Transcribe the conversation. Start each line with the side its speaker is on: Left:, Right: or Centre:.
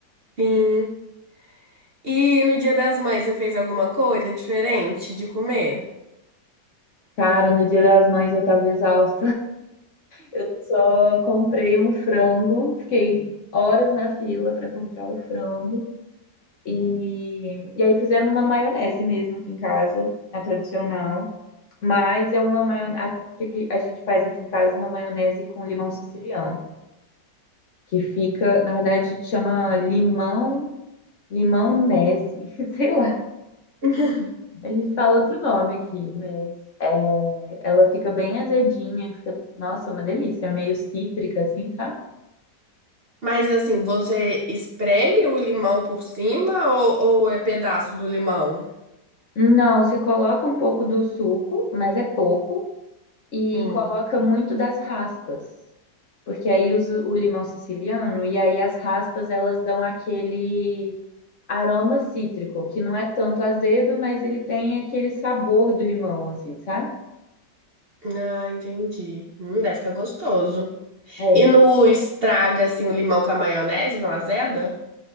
Right: Sim. E no Dia das Mães, você fez alguma coisa diferente de comer?
Left: Cara, no Dia das Mães eu tava exausta. Eu só comprei um frango, fiquei horas na fila para comprar o frango. E, e aí fizemos uma maionese mesmo aqui em casa, a tradicional. Mas é uma maionese. A, a gente faz aqui em casa uma maionese com limão siciliano. Que fica, na verdade, chama limão, limão-nese, <laughs> sei lá.
Right: <laughs>
Left: A gente fala outro nome aqui, mas é, ela fica bem azedinha, fica, nossa, uma delícia, meio cítrica, assim, sabe?
Right: Mas assim, você espreme o limão por cima ou, ou é pedaço do limão?
Left: Não, se coloca um pouco do suco, mas é pouco, e
Right: Hum.
Left: coloca muito das raspas, porque aí usa o limão siciliano e aí as raspas elas dão aquele aroma cítrico, que não é tanto azedo, mas ele tem aquele sabor do limão, assim, sabe?
Right: Ah, entendi. Hum, deve ficar gostoso.
Left: É.
Right: E no estraga assim o limão com a maionese, não azeda?